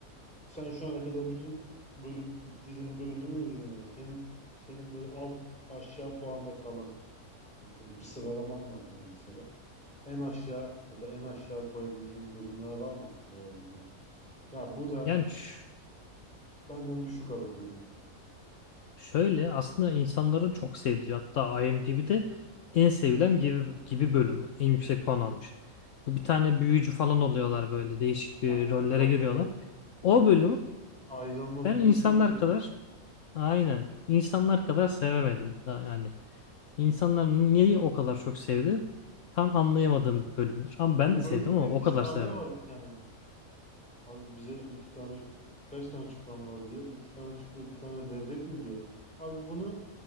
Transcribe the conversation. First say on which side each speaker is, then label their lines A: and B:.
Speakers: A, in the centre; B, on the left.
A: sen şu ana kadar bütün bölüm dizinin bölümlerini izledin yani. Senin senin böyle alt aşağı puanda kalan yani senin bir sıralaman vardır mesela. En aşağı ya da en aşağı koyabileceğin bölümler var mı hatırlayabildiğin? Ya bu da
B: Yani ş-
A: benden düşük alır dediğin.
B: şöyle aslında insanların çok sevdiği hatta IMDb'de en sevilen gibi, gibi bölümü. En yüksek puan almış. Bu bir tane büyücü falan oluyorlar böyle değişik bir
A: Aynen
B: rollere
A: hatırlayam.
B: giriyorlar. O
A: hat-
B: bölüm
A: Ayrılma
B: ben
A: büyüsü
B: insanlar
A: mü diyor.
B: kadar Aynen. İnsanlar kadar sevemedim. Da- Yani insanlar niye o kadar çok sevdi? Tam anlayamadığım bir bölümdür. Ama ben
A: O
B: de
A: bölümdeki
B: sevdim ama o kadar
A: sahne
B: sevemedim.
A: var bir tane. Abi bize iki tane kaç tane çupram var diyor. İki tane çupra bir tane levrek mi diyor. Abi bunu